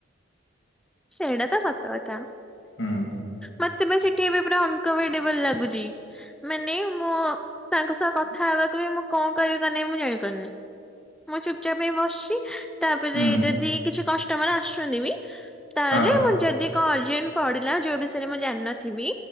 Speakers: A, in the centre; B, on the left.
A: ସେଇଡ଼ା ତ ସତକଥା
B: ହୁଁ
A: ମତ୍ <inaudible> ସେଠି ଏବେ ପୁରା ଅନକମ୍ଫର୍ଟେବଲ ଲାଗୁଛି ମାନେ ମୁଁ ତାଙ୍କ ସହ କଥା ହେବାକୁ <inaudible> ମୁଁ କଁ କହିବି ମାନେ ମୁଁ ଜାଣିପାରୁନି ମୁଁ ଚୁପଚାପ‌‌ ହେ ବସିଛି ତାପରେ
B: ହୁଁ
A: ଯଦି କିଛି କଷ୍ଟମର ଆସୁଛନ୍ତି ବି ତାହେଲେ
B: ହଁ
A: ମୁଁ ଯଦି କଁ ଅର୍ଜେଣ୍ଟ ପଡିଲା ଯୋଉ ବିଷୟରେ ମୁଁ ଜାଣିନଥିବି